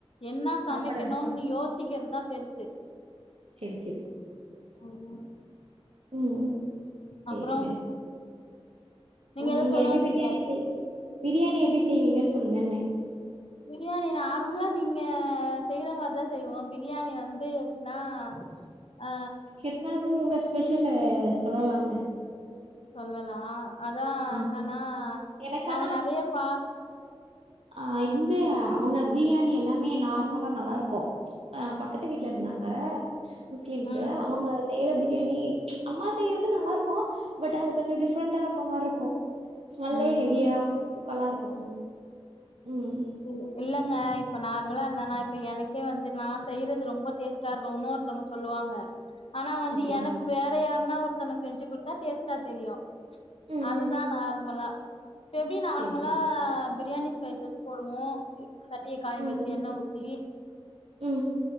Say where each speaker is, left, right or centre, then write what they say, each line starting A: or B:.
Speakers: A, on the left; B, on the right.
A: என்ன
B: சாப்பாடு
A: சமைக்கணுன் யோசிக்கற்தா பெருசு
B: செரி செரி
A: ம்
B: ம் சேரிங்க
A: அப்புறோ
B: ஓ
A: எதோ
B: நீங்க
A: சொல்ல
B: எப்டி
A: வந்தீங்களே
B: பிரியாணி செய் பிரியாணி எப்டி செய்வீங்கன் சொல்லுங்கன்னே
A: பிரியாணி நார்மலா நீங்க செய்ற மார் தா செய்வோ பிரியாணி வந்து குனா அ
B: இர்ந்தாலு உங்க ஸ்பெஷலு சொல்லலால்ல
A: சொல்லலா அதா
B: ஆ
A: என்னன்னா
B: எனக்கு
A: நாங்க நெறைய பா
B: ஆ இந்து அவங்க ப்ரியாணி எல்லாமே நார்மலா நல்லாருக்கு அ பக் கத்து வீட்ல
A: ம்
B: இருந்தாங்க முஸ்லீம்ஸ்
A: ம்
B: அவங்க செய்ற பிரியாணி அம்மா செய்யறது நல்லாருக்கு பட் அது கொஞ்சோ டிஃப்ரெண்ட்டா இருக்க மார்ருக்கு ஸ்மெல்லே
A: ம்
B: ஹெவியா தூக்கலா இருக்கு
A: ம்
B: ம் ம்
A: இல் இல்லங்க இப்ப நார்மலா என்னனா இப்ப எனக்கே வந்து நா செய்யறது ரொம்ப டேஸ்ட் டா இருக்குன் இன்னோர்த்தவ்ங்க சொல்லுவாங்க ஆனா வந்து
B: ஓகே.
A: எனக்கு வேற யார்ன்னா ஒருத்தங்க செஞ்சு குட்த்தா டேஸ்ட்டா தெரியு
B: ம்
A: அதுதா
B: ம்.
A: நார்மலா ப்ப எப்டி நார்மலா
B: சரி சரி.
A: பிரியாணி ஸ்பைசஸ் போடுவோ எ சட்டிய காய
B: ம்
A: வெச்சு எண்ண ஊத்தி
B: ம்.